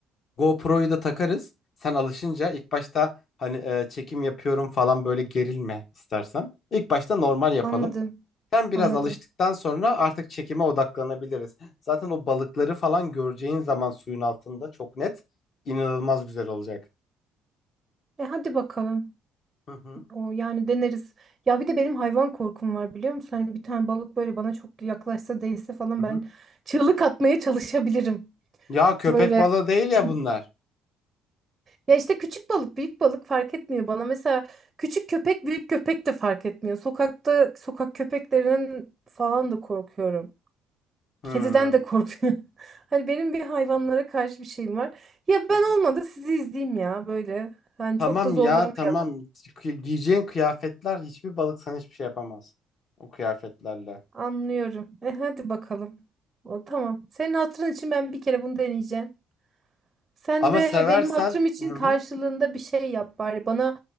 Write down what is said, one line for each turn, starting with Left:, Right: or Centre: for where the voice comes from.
Left: GoPro'yu da takarız. Sen alışınca ilk başta hani e, çekim yapıyorum falan böyle gerilme istersen. İlk başta normal yapalım.
Right: Anladım.
Left: Sen biraz
Right: Anladım.
Left: alıştıktan sonra artık çekime odaklanabiliriz. Zaten o balıkları falan göreceğin zaman suyun altında çok net, inanılmaz güzel olacak.
Right: E hadi bakalım.
Left: Hı hı.
Right: O yani deneriz. Ya bir de benim hayvan korkum var biliyor musun? Hani bir tane balık böyle bana çok yaklaşsa değse falan
Left: Hı hı.
Right: ben çığlık atmaya çalışabilirim.
Left: Ya köpek
Right: Böyle
Left: balığı değil ya
Right: <laughs>
Left: bunlar.
Right: ya işte küçük balık büyük balık fark etmiyor bana. Mesela küçük köpek büyük köpek de fark etmiyor. Sokakta sokak köpeklerinden falan da korkuyorum.
Left: Hmm.
Right: Kediden de
Left: Hı
Right: korkuyorum. <laughs> Hani benim bir hayvanlara karşı bir şeyim var. Ya ben
Left: hı.
Right: olmadı sizi izleyeyim ya böyle. Yani
Left: Tamam
Right: çok da zorlamayayım.
Left: ya tamam. Kı- Giyeceğin kıyafetler hiçbir balık sana hiçbir şey yapamaz. O kıyafetlerle.
Right: Anlıyorum. E hadi bakalım. O tamam. Senin hatırın için ben bir kere bunu deneyeceğim. Sen
Left: Ama
Right: de
Left: seversen
Right: benim hatırım için
Left: Hı hı.
Right: karşılığında bir şey yap bari. Bana